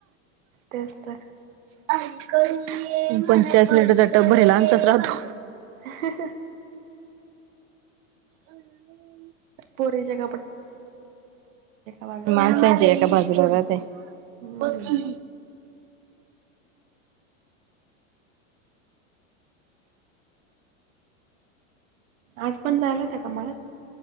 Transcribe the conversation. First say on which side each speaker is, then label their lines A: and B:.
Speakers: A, on the right; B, on the right.
A: तेच तर
B: आणिक पंचेचाळीस लनटरचा टप भेलाचाच राहतो
A: ह
B: हम्
A: पोरी जग बाजूला
B: माणसांची एका बाजूलाात आहे
A: हम्म.
B: प ह
A: आज पण जायल त्याका मळत